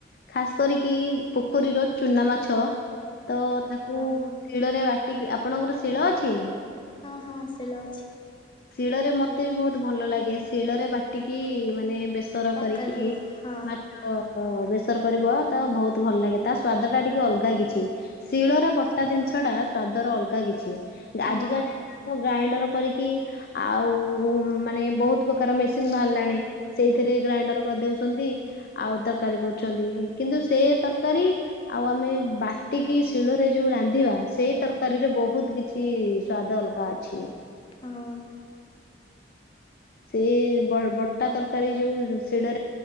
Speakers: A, on the left (about 55°); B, on the left (about 25°).
A: ଖାସ କରିକି ପୋଖରୀର ଚୁନା ମାଛ। ତ ତାକୁ
B: ହଁ
A: ଶିଳରେ ବାଟିକି, ଆପଣଙ୍କର ଶିଳ ଅଛି?
B: ହଁ ହଁ ଶିଳ ଅଛି।
A: ଶିଳରେ ମତେ ବି ବହୁତ ଭଲ ଲାଗେ ଶିଳରେ ବାଟିକି ମାନେ ବେ ବେସର
B: ତରକାରୀ
A: କରିକି
B: କର ହଁ
A: ମାଛ ଅ ବେ ସର କରିବ ତ ବହୁତ ଭଲ ଲାଗେ ତା ସ୍ଵାଦ ଟା ଟିକେ ଅଲଗା କିଛି ଶିଳର ବଟା ଜିନିଷ ଟା ସ୍ୱା ଦର ଅଲଗା କିଛି
B: ହଁ
A: ଆଜିକାଲି ଗ୍ରାଇଣ୍ଡର କରିକି ଆଉ ମାନେ ବହୁତ ପ୍ରକାର ମେସିନ ବାହାରିଲାଣି ସେଇଥିରେ ଗ୍ରାଇଣ୍ଡର କରିଦଉଛନ୍ତି। ଆଉ ତରକାରୀ କରୁଛନ୍ତି କିନ୍ତୁ ସେ ତରକାରୀ ଆଉ ଆମେ ବାଟିକି ଶି ଶିଳ ରେ ଯୋଉ ରାନ୍ଧିବା ସେଇ ତରକାରୀରେ ବହୁତ କିଛି ସ୍ଵାଦ ଅଲଗା ଅଛି।
B: ହଁ।
A: ସେ ବ ବଟା ତରକାରୀ ଯୋଉ ଶିଡରେ